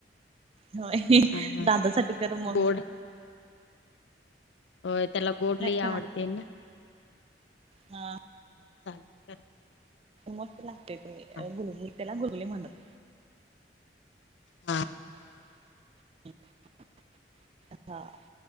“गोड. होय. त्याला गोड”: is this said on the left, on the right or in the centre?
Left